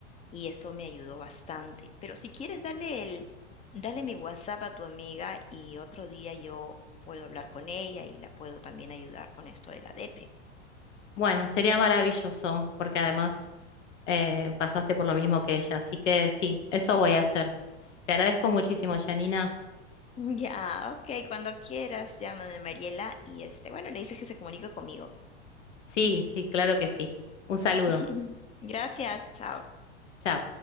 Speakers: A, on the left (about 20°); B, on the left (about 80°).
A: Y eso me ayudó bastante. Pero si quieres, dale el, dale mi WhatsApp a tu amiga y otro día yo puedo hablar con ella y la puedo también ayudar con esto de la depre. <laughs>
B: Bueno, sería maravilloso porque además eh, pasaste por lo mismo que ella, así que sí, eso voy a hacer. Te agradezco muchísimo, Janina.
A: Ya, ok, cuando quieras, llámame Mariela y este, bueno, le dices que se comunique conmigo.
B: Sí, sí, claro que sí. Un saludo.
A: <laughs> Gracias, chao.
B: Chao.